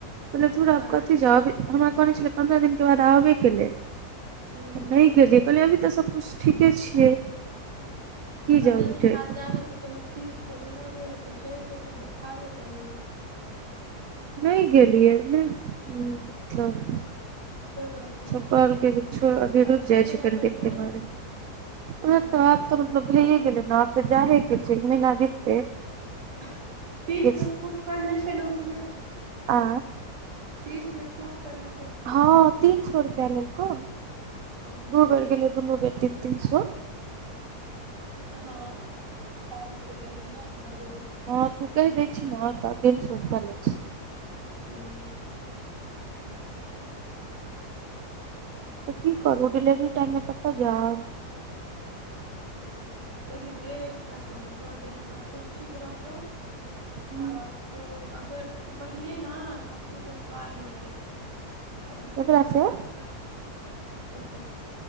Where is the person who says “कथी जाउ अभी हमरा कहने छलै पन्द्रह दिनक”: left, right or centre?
Right